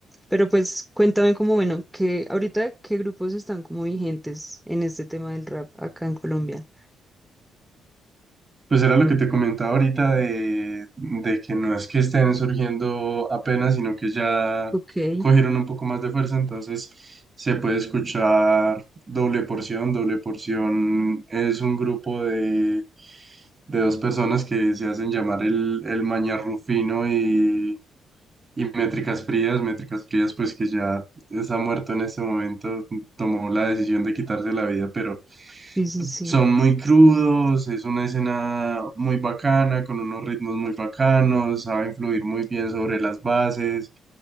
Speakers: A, in the centre; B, on the right (about 30°).
A: Pero pues cuéntame como, bueno, que ahorita qué grupos están como vigentes en este tema del rap acá en Colombia.
B: Pues era lo que te comentaba ahorita de, de que no es que estén surgiendo apenas, sino que ya
A: Ok, sí,
B: cogieron un poco más de fuerza, entonces se puede escuchar Doble Porción. Doble Porción es un grupo de, de dos personas que se hacen llamar el, el Maña Rufino y Y métricas frías, métricas frías, pues que ya está muerto en este momento, tomó la decisión de quitarse la vida, pero
A: sí, sí.
B: son muy crudos, es una escena muy bacana, con unos ritmos muy bacanos, saben fluir muy bien sobre las bases.